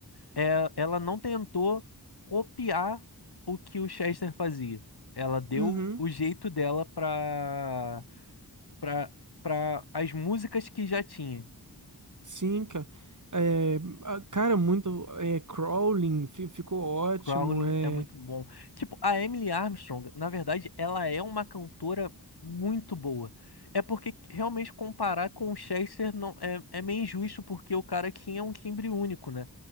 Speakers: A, on the left (about 70°); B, on the right (about 50°).
A: é- ela não tentou copiar o que o Chester fazia. Ela deu
B: Uhum,
A: o jeito dela para para para as músicas que já tinha.
B: sim, cara. É, a- cara, muito. É, Crawling fi- ficou ótimo.
A: Crawling
B: É,
A: é muito bom. Tipo, a Emily Armstrong, na verdade, ela é uma cantora muito boa. É porque realmente comparar com o Chester não é, é meio injusto porque o cara aqui é um timbre único, né?